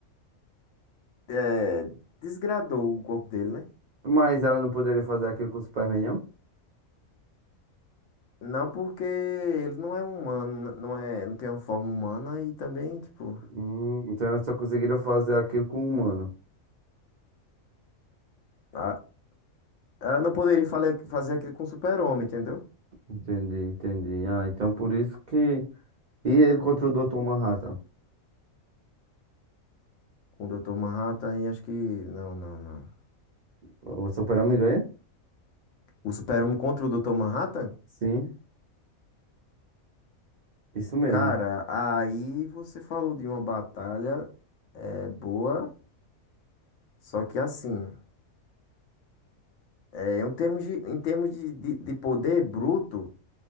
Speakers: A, on the left; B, on the right.
A: É, desgradou o corpo dele, né?
B: Mas ela não poderia fazer aquilo com o Superman, não?
A: Não porque ele não é humano, não é, não tem uma forma humana e também, tipo,
B: Hum, então ela só conseguiria fazer aquilo com o humano.
A: a- ela não poderia fale- fazer aquilo com o Super-Homem, entendeu?
B: Entendi, entendi. Ah, então por isso que. E ele contra o Dr. Manhattan.
A: Com o Dr. Manhattan e acho que não, não, não.
B: O super ganha?
A: O Super-Homem contra o Dr. Manhattan?
B: Sim, isso mesmo.
A: Cara, aí você falou de uma batalha é boa, só que assim, é, em termos de, em termos de, de, de poder bruto,